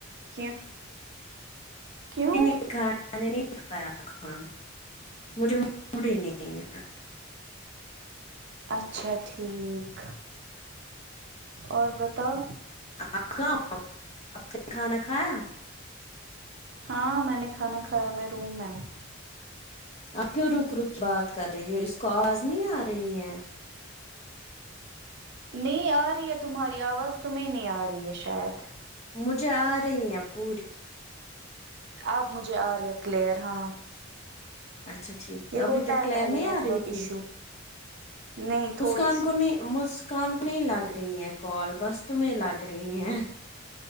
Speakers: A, on the right (about 60°); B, on the left (about 35°).
A: کیوں کیوں
B: انے کھایا میں نے نہیں کھایا کھانا مجھے موڈ ہی نہیں ہے
A: اچھا ٹھیک اور بتاؤ
B: آپ آپ نے کھانا کھایا
A: ہاں میں نے کھانا کھایا میں روم میں ہوں
B: اب کیوں رک رک بات کر رہی ہو اس کو آواز نہیں آ رہی ہے
A: نہیں آ رہی ہے تمہاری آواز تمہیں نہیں آ رہی ہے شاید
B: مجھے آ رہی ہیں پوری
A: آپ مجھے آ رہی ہے کلیئر ہاں
B: اچھا ٹھیک
A: یہ
B: ہے ابھی
A: ہوتا
B: تک کلر
A: پہلے
B: نہیں آ
A: نیٹ ورک
B: رہی تھی
A: ایشو نہیں تھوڑی
B: اس کان
A: سی
B: کو نے مسکان کو نہیں لگ رہی ہیں کال بس تمہیں لگ رہی ہیں